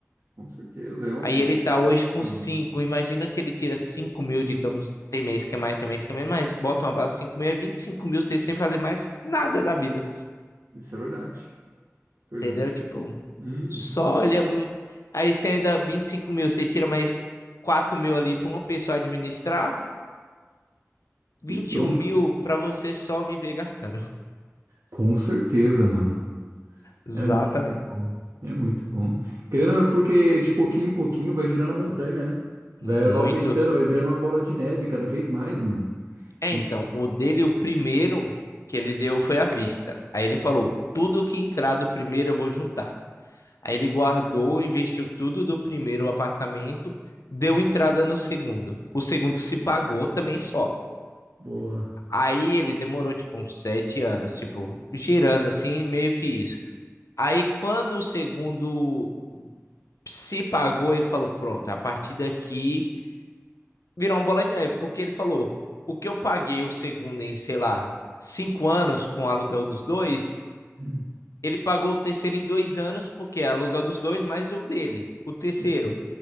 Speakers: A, on the right; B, on the left.
A: Com certeza, é um
B: Aí ele tá
A: bom
B: hoje
A: lucro,
B: com 5.
A: mano.
B: Imagina que ele tira 5 mil, digamos. Tem mês que é mais, tem mês que é menos, mas bota uma base de 5 mil, é 25 mil, sem fazer mais nada da vida.
A: Isso é verdade. Isso é
B: Entendeu?
A: verdade.
B: Tipo,
A: Uhum.
B: só olha. hum, Aí você ainda 25 mil, você tira mais 4 mil ali pra uma pessoa administrar, vinte
A: E pronto.
B: e um mil pra você só viver gastando.
A: Com certeza, mano.
B: Exatamente.
A: É muito bom. É muito bom. Querendo, ou não, porque de pouquinho em pouquinho vai girando a montanha, né? Vai,
B: Muito.
A: vai aumentando, vai virando uma bola de neve cada vez mais, mano.
B: É, então,
A: E-
B: o dele, o primeiro que ele deu foi à vista. Aí ele falou: tudo que entrar do primeiro eu vou juntar. Aí ele guardou, investiu tudo do primeiro apartamento, deu entrada no segundo. O segundo se pagou também só.
A: Boa.
B: Aí ele demorou tipo uns sete anos, tipo, girando assim, meio que isso. Aí quando o segundo se pagou, ele falou: pronto, a partir daqui virou uma bola de neve, porque ele falou: o que eu paguei o segundo em, sei lá, cinco anos com o aluguel dos dois,
A: Hum,
B: ele pagou o terceiro em dois anos, porque é aluguel dos dois mais o dele, o terceiro.
A: Isso.